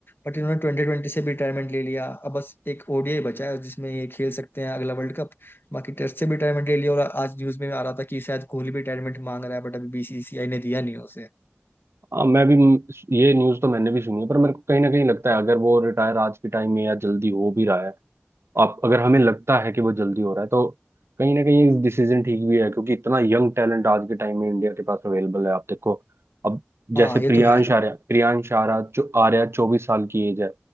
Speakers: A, on the left; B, on the right.
A: बट इन्होंने ट्वेंटी ट्वेंटी से भी रिटायरमेंट ले लिया अब बस एक ओडीआई बचा है जिसमें ये खेल सकते हैं अगला वर्ल्ड कप बाकी टेस्ट से भी रिटायरमेंट ले लिया और आज न्यूज में आ रहा था कि शायद कोहली भी रिटायरमेंट मांग रहा है बट अभी बीसीसीआई ने दिया नहीं है उसे
B: हाँ, मैं भी ये न्यूज़ तो मैंने भी सुनी है पर मेरे को कहीं ना कहीं लगता है अगर वो रिटायर आज के टाइम में या जल्दी हो भी रहा है आप अगर हमें लगता है कि वो जल्दी हो रहा है तो कहीं ना कहीं डिसीजन ठीक भी है क्योंकि इतना यंग टैलेंट आज के टाइम में इंडिया के पास अवेलेबल है आप देखो अब
A: हाँ
B: जैसे
A: ये
B: प्रियांश
A: तो है
B: आर्या प्रियांश आर्या जो आर्या चौबीस साल की एज है